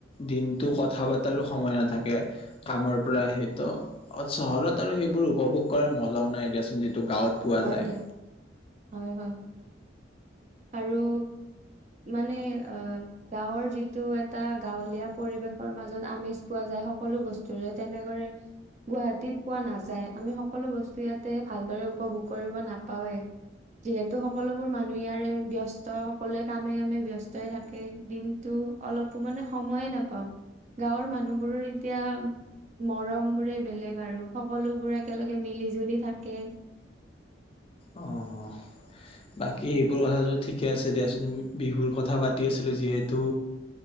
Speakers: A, on the left; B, on the right.
A: দিনটো কথা পতাৰো সময় নাথাকে, কামৰ পৰা সেইটো অ চহৰত আৰু সেইবোৰ উপভোগ কৰাৰ মজাও নাই দিয়াচোন গৱত পোৱা
B: হয়
A: যায়।
B: দিয়া হয় হয় আৰু মানে আহ গাঁৱৰ যিটো এটা গাঁৱলীয়া পৰিৱেশৰ মাজত আমেজ পোৱা যায় সকলো বস্তুৰে তেনেকৰে গুৱাহাটীত পোৱা নাযায় আমি সকলো বস্তু ইয়াতে ভালদৰে উপভোগ কৰিব নাপাওৱেই, যিহেতু সকলোবোৰ মানুহে ই াৰে ব্য্স্ত সকলোৱে কামে কামে ব্যস্ত থাকে, দিনতটো অলপো মানে সময়ে নাপাওঁ, গাঁৱৰ মানুহবোৰৰ এতিয়া মৰম বোৰে বেলেগ আৰু, সকলোবোৰ একেলগে মিলি জুলি থাকে।
A: অঁ বাকী এইবোৰ কথাটো ঠিকে আছে দিয়াচোন বিহুৰ কথা পাতি আছিলোঁ যিহেতু